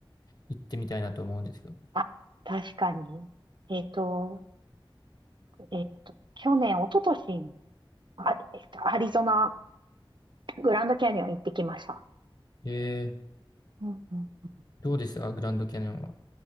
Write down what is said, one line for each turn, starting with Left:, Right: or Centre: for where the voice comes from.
Left: 行ってみたいなと思うんですけど。
Right: あ、確かに。えっと、えっと、去年、一昨年に、あ、えっと、アリゾナ、グランドキャニオン行ってきました。
Left: ええ、
Right: うんうん。
Left: どうでしたグランドキャニオンは。